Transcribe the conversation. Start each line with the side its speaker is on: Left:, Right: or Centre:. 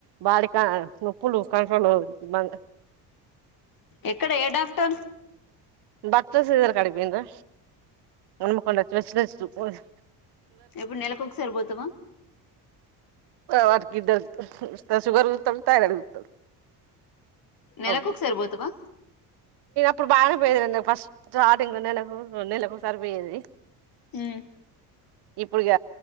Right: బాడీ అ నొప్పులు కంట్రోలు మ
Left: ఎక్కడ ఏ డాక్టర్
Right: భక్త సిదర్ కాడికి పోయిన రా అన్మకొండ స్పెషలిస్ట్ ఓజ్
Left: ఎప్పుడు నెలకొకసారి పోతావా
Right: వాట్కిద్దర్ షుగర్ సుత్తడు థైరాయిడ్ సుత్తడు
Left: నెలకు
Right: అవు
Left: ఒకసారి పోతావా
Right: ఇప్పుడు బాగా బెదిరింది ఫస్ట్ స్టార్టింగ్ నెలకు నెలకు ఒకసారిపోయేది
Left: ఉం
Right: ఇప్పుడు ఇగ